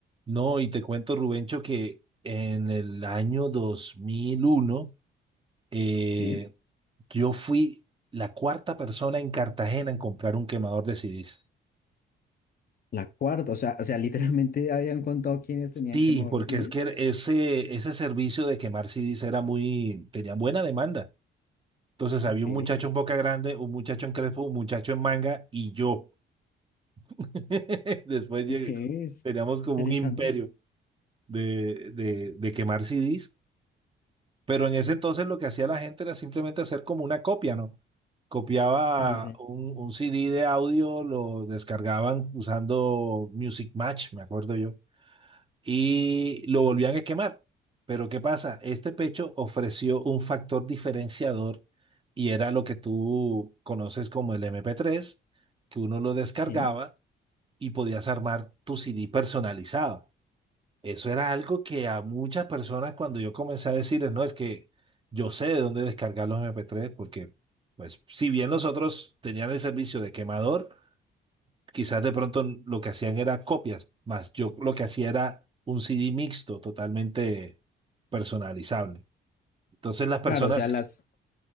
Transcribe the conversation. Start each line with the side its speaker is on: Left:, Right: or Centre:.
Right: No, y te cuento, Rubencho, que en el año 2001 eh,
Left: Sí.
Right: yo fui la cuarta persona en Cartagena en comprar un quemador de CDs.
Left: La cuarta, o sea, o sea, literalmente <laughs> habían contado quiénes tenían
Right: Sí,
Left: quemador
Right: porque
Left: de CDs.
Right: es que ese, ese servicio de quemar CDs era muy, tenía buena demanda. Entonces había
Left: Ok,
Right: un muchacho en Boca Grande, un muchacho en Crespo, un muchacho en Manga y yo. <laughs> Después llegué-
Left: ok, es
Right: teníamos como
Left: interesante.
Right: un imperio de, de, de quemar CDs Pero en ese entonces lo que hacía la gente era simplemente hacer como una copia, ¿no? Copiaba
Left: Sí, sí, sí.
Right: un, un CD de audio, lo descargaban usando Music Match, me acuerdo yo, y lo volvían a quemar. Pero ¿qué pasa? Este pecho ofreció un factor diferenciador y era lo que tú conoces como el MP3, que uno lo descargaba
Left: Sí.
Right: y podías armar tu CD personalizado. Eso era algo que a muchas personas cuando yo comencé a decirles, no, es que yo sé de dónde descargar los MP3, porque pues si bien los otros tenían el servicio de quemador, quizás de pronto lo que hacían era copias, más yo lo que hacía era un CD mixto totalmente personalizable. Entonces las personas...
Left: Claro, o sea,
Right: Sí.
Left: las,